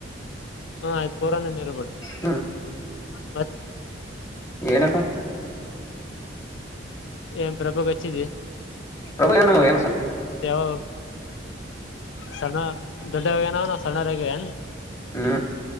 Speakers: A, on the left; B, on the left.
A: ಹ ಆಯ್ತು ಪೂರಾಣ ಇರ್ಬೇಡ
B: ಹ್ಮ್
A: ಹ
B: ಏನಪ್ಪ
A: ಏನ್ ಪ್ರಭುಕ್ಚ್ಚಿದಿ
B: ಪ್ರಭು್ಣ್ೇಏ ಸಣ
A: ಯವು ಸ್ಣ ದೊಡ್ಡವಾಗೇನ ನವು ಸಣ್ಣರಗ ೇನ್
B: ಹ್ಮ್